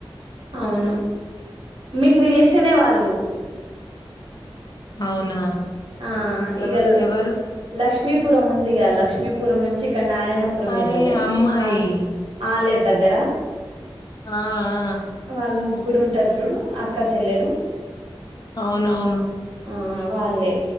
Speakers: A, on the right; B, on the left.
A: అవును మీకు రిలేషన్ వాళ్ళు
B: అవునా
A: ఆ ఇగ
B: ఎవ ఎవరు
A: లక్ష్మీపురం ఉందిగా. లక్ష్మీపురం ను ఇక్కడ నారాయణపురం
B: అరే
A: ఇవ్వలే
B: అమ్మాయి
A: ఆ ఆలేరు దగ్గర
B: ఆ ఆ
A: వాళ్ళ ముగ్గు గురుంటర్ చూడు అక్కా చెల్లెలు
B: అవునవును
A: ఆ వాళ్ళే